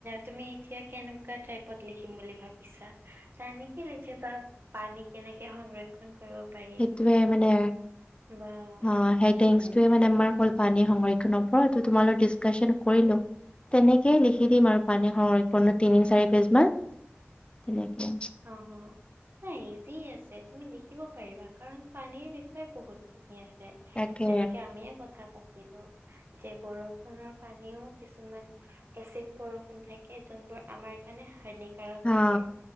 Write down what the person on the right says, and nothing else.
তুমি এতিয়া কেনেকোৱা টাইপত লিখিম বুলি ভাবিছা? এনেকৈ লিখিবা পানী কেনেকে সংৰ ক্ষন কৰিব পাৰি
বা
উম
অ হ। নাই ইজি আছে, তুমি লিখিব পাৰিবা কাৰণ পানীৰ বিষয়ে বহুতখিনি আছে।
যেনেকে আমিয়ে কথা পাতিলো যে বৰষুণৰ পানীও কিছুমান এচিড বৰষুণ থাকে যোনবোৰ আমাৰ কাৰণে হানিকাৰক
থাকে।